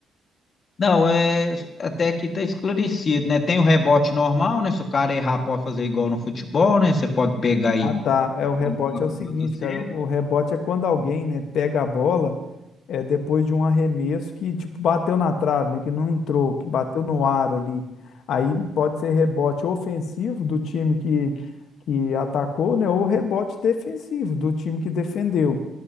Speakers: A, on the left; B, on the left.
A: não, é até aqui tá esclarecido, né? Tem o rebote normal, né? Se o cara errar, pode fazer igual no futebol, né? Você pode pegar e
B: Ah, tá. É o rebote
A: tentar
B: é
A: fazer
B: o seguinte,
A: outra certa.
B: cara. O rebote é quando alguém, né, pega a bola é, depois de um arremesso que, tipo, bateu na trave, né? Que não entrou, que bateu no aro ali. Aí pode ser rebote ofensivo do time que, que atacou, né? Ou rebote defensivo do time que defendeu,